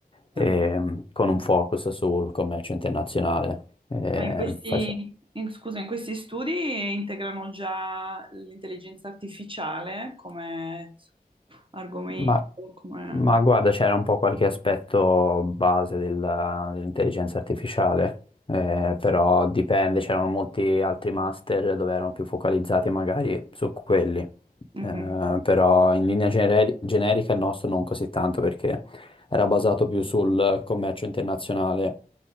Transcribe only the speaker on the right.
ah.
Ma in questi,
in- scusa, in questi studi integrano già l'intelligenza artificiale come argomento,
come...
Mhm.